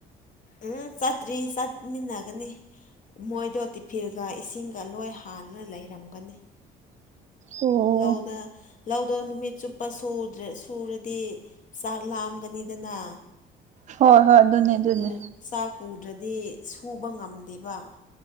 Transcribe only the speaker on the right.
ꯑꯣ
ꯍꯣꯏ ꯍꯣꯏ ꯑꯗꯨꯅꯦ ꯑꯗꯨꯅꯦ